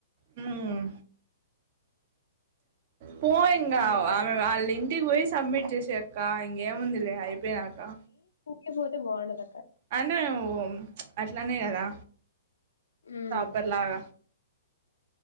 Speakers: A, on the right; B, on the left.
A: హ్మ్ పోఇంగా
B: ఇంకా
A: ఆ ఆళ్ళ్ ఇ టికి పోయి సబ్మిట్ జేసే క్క ఇంకేంముందిలే అయిపోయినాకా
B: ఎ బోతే బవుండద
A: అందే నువ్వు మ్ అట్లనే కదా
B: మ్
A: సపర్లగ